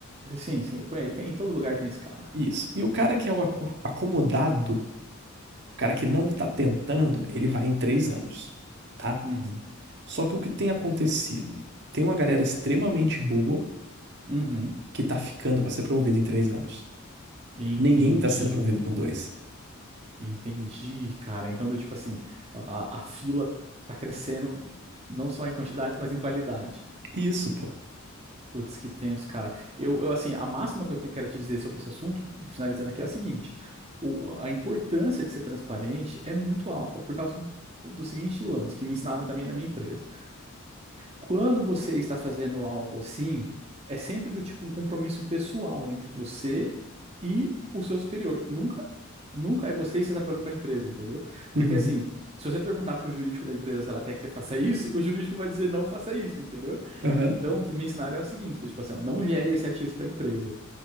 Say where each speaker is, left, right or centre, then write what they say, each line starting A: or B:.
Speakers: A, on the right; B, on the right.
A: Sim, sim, eu conheço. Tem- em todo lugar tem esse cara.
B: Isso. E o cara que é o aco- acomodado, o cara que não tá tentando, ele vai em três anos, tá?
A: Uhum,
B: Só que o que tem acontecido? Tem uma galera extremamente boa
A: uhum.
B: que tá ficando pra ser promovida em três anos.
A: Entendi.
B: Ninguém tá sendo promovido com dois.
A: Entendi, cara. Então, do tipo assim, a, a fila tá crescendo não só em quantidade, mas em qualidade.
B: Isso, pô.
A: Putz, que tenso, cara. Eu, eu, assim, a máxima que eu tenho, quero te dizer sobre esse assunto, finalizando aqui, é o seguinte: o- a importância de ser transparente é muito alta por causa do, do seguinte lance, que me ensinaram também na minha empresa. Quando você está fazendo algo assim, é sempre do tipo um compromisso pessoal entre você e o seu superior. Nunca, nunca é você que está trabalhando para a empresa, entendeu?
B: Uhum,
A: Porque assim, se você perguntar para o jurídico da empresa se ela quer que você faça isso, o jurídico vai dizer não faça isso, entendeu?
B: aham,
A: Então, o que me ensinaram é o seguinte, do tipo assim, ó, não gere esse ativo para a empresa.